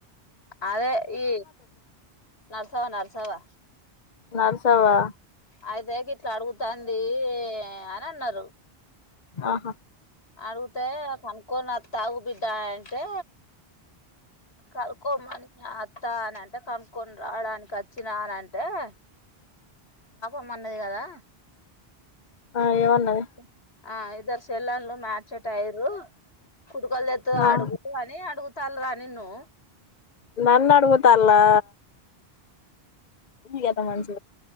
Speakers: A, on the left; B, on the left.
A: అదే ఈ నాలుసావా నాలుసవా
B: నర్సవా
A: అయితేగ ఇట్లా అడుగుతుంది అని అన్నారు
B: ఆహా
A: ఆడుగుతె కకో నా తకు బద అతే కనుక్కమని అత్తా అని అంటే కనుక్కొని రావడానికి వచ్చినానింటే <unintelligible> బాపమ్ అన్నది కదా
B: ఆ
A: అ
B: ఏమన్నది
A: స ఆ ఇద్దరు చెల్లలు మాచట్ ఐయిలు కుడ్కల్లు తెతదో అడుగు
B: ఆ
A: అని అడుగుతు తల్ రా నిన్ను
B: నన్ అడగుతా అలా గత మంచి